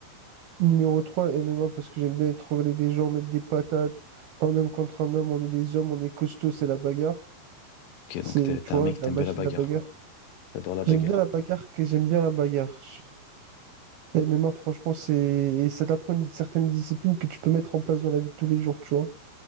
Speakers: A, on the right; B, on the left.
A: numéro 3 MMA parce que j'aime bien étrangler des gens, mettre des patates. Un homme contre un homme, on est des hommes, on est costaud, c'est la bagarre.
B: Ok,
A: C'est,
B: donc t'es t'es
A: tu vois,
B: un mec qui
A: la
B: t'aime
A: magie
B: bien la bagarre,
A: de la bagarre.
B: quoi. T'adores la bagarre.
A: J'aime bien la bagarre, que j'aime bien la bagarre. Et MMA, franchement, c'est... et ça t'apprend une certaine discipline que tu peux mettre en place dans la vie de tous les jours, tu vois.